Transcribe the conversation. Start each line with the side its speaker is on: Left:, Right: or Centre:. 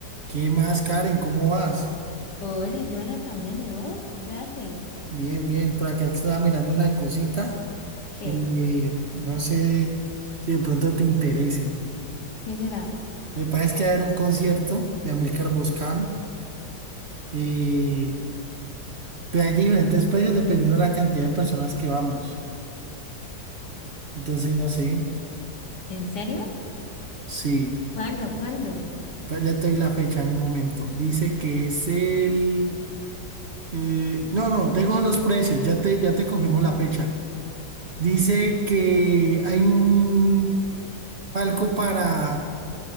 Right: ¿Qué más, Karen? ¿Cómo vas?
Left: Hola, y Joana también, ¿y vos? ¿Qué haces?
Right: Bien, bien. Por acá estaba mirando una cosita.
Left: ¿Qué?
Right: eh, no sé si de pronto te interese.
Left: ¿Qué será?
Right: Me parece que va a haber un concierto de Amilcar Boscan. eh, pero hay diferentes precios dependiendo de la cantidad de personas que vamos. Entonces, no sé.
Left: ¿En serio?
Right: Sí,
Left: ¿Cuándo? ¿Cuándo?
Right: ya ya te doy la fecha en mi momento. Dice que es el... eh, no, no, tengo los precios. Ya te, ya te confirmo la fecha. Dice que hay un palco para